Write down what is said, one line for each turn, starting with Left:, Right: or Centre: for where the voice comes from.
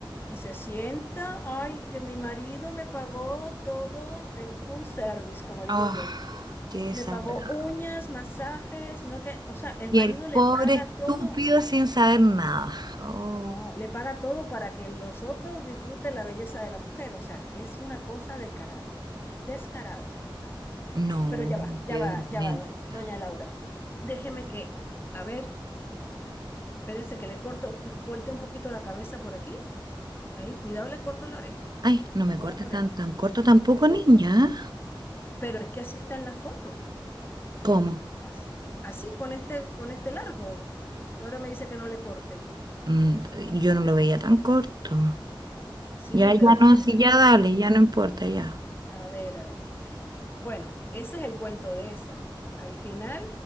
Left: y se sienta, ay, que mi marido me pagó todo el full service, como digo
Right: Ah,
Left: yo.
Right: qué desagradable.
Left: Me pagó uñas, masajes, no que, o sea, el
Right: Y
Left: marido
Right: el
Left: le
Right: pobre
Left: paga
Right: estúpido
Left: todo.
Right: sin saber nada. Oh,
Left: No, le paga todo para que los otros disfruten la belleza de la mujer. O sea, es una cosa descarada. Descarada esa mujer.
Right: no,
Left: Pero ya va, ya
Right: qué
Left: va,
Right: vergüenza.
Left: ya va, doña, doña Laura. Déjeme que, a ver, espérese que le corto, mm, volteo un poquito la cabeza por aquí. Ahí, cuidado, le corto la oreja.
Right: Ay, no
Left: Cuidado
Right: me cortes
Left: por
Right: tan,
Left: ahí.
Right: tan corto tampoco,
Left: No, no.
Right: niña.
Left: Pero es que así está en la foto.
Right: ¿Cómo?
Left: As- Así, con este, con este largo. Y ahora me dice que no le corte.
Right: Mm, yo no lo veía tan corto.
Left: Sí,
Right: Ya,
Left: pero
Right: ya
Left: fíjese
Right: no, sí,
Left: en
Right: ya
Left: la
Right: dale,
Left: foto.
Right: ya no importa, ya.
Left: A ver, a ver. Bueno, ese es el cuento de esa. Al final